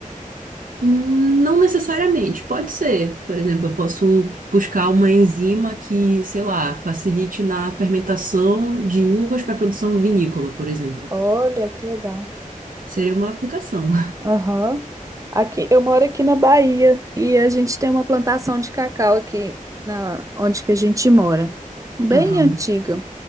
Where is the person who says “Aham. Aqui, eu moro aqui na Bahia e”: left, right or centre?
Right